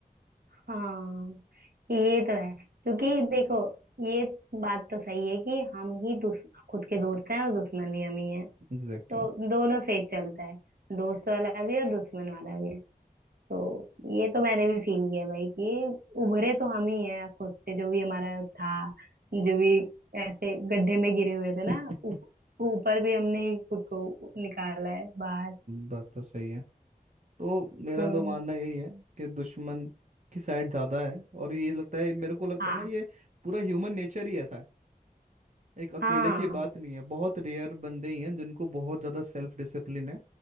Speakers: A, on the right (about 75°); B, on the right (about 55°).
A: हाँ ये तो है क्योंकि देखो ये बात तो सही है कि हम ही दुश, खुद के दोस्त हैं और दुश्मन भी हम ही हैं
B: एग्जैक्टली
A: तो दोनों फेज चलता है दोस्त वाला भी और दुश्मन वाला भी तो ये तो मैंने भी फील किया भाई कि उभरे तो हम ही हैं खुद से जो भी हमारा था जो भी ऐसे गड्ढे में गिरे हुए थे
B: <laughs>
A: ना ऊप- ऊपर भी हमने ही खुद को निकाला है बाहर
B: बात तो सही है तो मेरा
A: हम्म
B: तो मानना यही है कि दुश्मन की साइड ज्यादा है और ये लगता है मेरे को लगता
A: हाँ
B: है ना ये पूरा ह्यूमन नेचर ही ऐसा है एक अकेले
A: हाँ
B: की बात नहीं है बहुत रेयर बंदे ही हैं जिनको बहुत ज्यादा सेल्फ डिसिप्लिन है